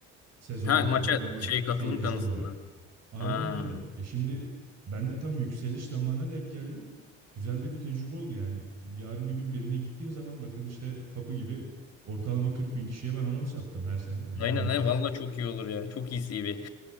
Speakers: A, on the right; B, on the left.
A: Sezonluk
B: Ha maça
A: ortalama
B: şey katılım
A: seyirci
B: kanısında.
A: olarak. Aynen
B: Ha.
A: öyle. E şimdi ben de tam yükseliş zamana denk geldim. Güzel de bir tecrübe oldu yani. Yarın bir gün birine gittiğim zaman bakın işte kapı gibi ortalama 40 bin kişiye ben anons yaptım her sene. Hani
B: Aynen
A: her maç.
B: he valla çok iyi olur ya. Çok iyi CV.